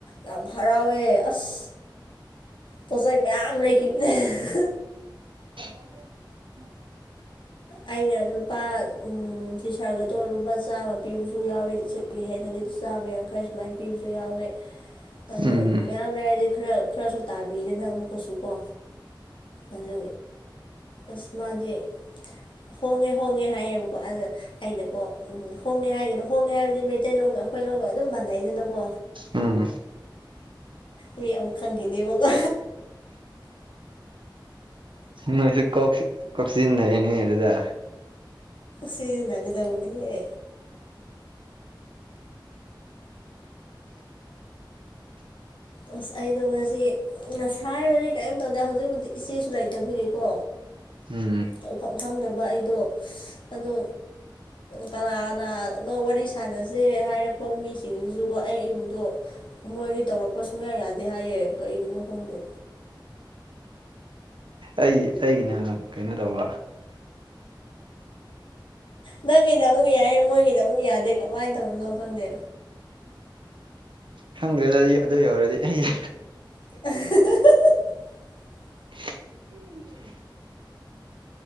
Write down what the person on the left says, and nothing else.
ꯌꯥꯝ ꯍꯔꯥꯎꯋꯦ ꯑꯁ ꯄꯣꯠꯆꯩ ꯃꯌꯥꯝ ꯂꯩꯈꯤꯕꯅꯦ <unintelligible>
ꯑꯩꯅ ꯂꯨꯄꯥ ꯎꯝ ꯁꯥꯔꯠꯀꯗꯣ ꯂꯨꯄꯥ ꯆꯥꯝꯃ ꯄꯤꯕꯁꯨ ꯌꯥꯎꯋꯤ ꯇꯔꯠ ꯍꯦꯟꯅꯗꯤ ꯆꯥꯝꯃ ꯌꯥꯡꯈꯩ ꯁꯨꯃꯥꯏꯅ ꯄꯤꯕꯁꯨ ꯌꯥꯎꯋꯦ ꯑꯗ
ꯃꯌꯥꯝ ꯂꯩꯔꯗꯤ ꯈꯔ ꯈꯔꯁꯨ ꯇꯥꯕꯤꯒꯅ ꯑꯃꯨꯛꯀꯁꯨ ꯀꯣ ꯑꯗꯨ ꯑꯁꯃꯗꯤꯦ ꯍꯣꯡꯉꯦ ꯍꯣꯡꯉꯦ ꯍꯥꯏꯌꯦꯕꯀꯣ ꯑꯗ ꯑꯩꯅꯀꯣ ꯎꯝ ꯍꯣꯡꯅꯤ ꯍꯥꯏꯒꯅꯨ ꯍꯣꯡꯅꯤ ꯍꯥꯏꯕꯗꯤ ꯃꯩꯇꯩꯂꯣꯟꯣꯡꯒ ꯑꯩꯈꯣꯏ ꯂꯣꯒ ꯑꯗꯨꯝ ꯃꯥꯟꯅꯩꯗꯅꯀꯣ
ꯃꯤ ꯑꯃꯨꯛ ꯈꯪꯈꯤꯅꯦꯕꯀꯣ
ꯁꯤ ꯅꯒꯗꯕꯅꯤꯍꯦ
ꯑꯁ ꯑꯩꯗꯣ ꯉ ꯉꯁꯥꯏ ꯍꯥꯏꯕꯗꯤ ꯀꯔꯤꯝ ꯇꯧꯗꯦ ꯍꯧꯖꯤꯛꯕꯨꯖꯤꯤ ꯏꯆꯦꯁꯨ ꯂꯩꯇꯕꯒꯤꯀꯣ
ꯇꯧꯐꯝ ꯈꯪꯗꯕ ꯑꯩꯗꯣ ꯑꯗꯣ ꯀꯅꯥ ꯀꯅꯥꯅꯣ ꯋꯥꯔꯤ ꯁꯥꯟꯅꯁꯦ ꯍꯥꯏꯔꯛꯄ ꯃꯤꯁꯤꯡꯗꯨꯁꯨꯀꯣ ꯑꯩ ꯏꯕꯗꯣ ꯃꯣꯏꯗꯤ ꯇꯧꯔꯛꯄ ꯁꯨꯡꯌꯥ ꯌꯥꯗꯦ ꯍꯥꯏꯌꯦ ꯀꯩꯒꯤꯅꯣ ꯈꯪꯗꯦ
ꯅꯪꯒꯤꯅ ꯑꯃꯨꯛ ꯌꯥꯏꯌꯦ ꯃꯣꯏꯒꯤꯅ ꯑꯃꯨꯛ ꯌꯥꯗꯦ ꯀꯃꯥꯏꯅ ꯇꯧꯕꯅꯣ ꯈꯪꯗꯦ
<unintelligible>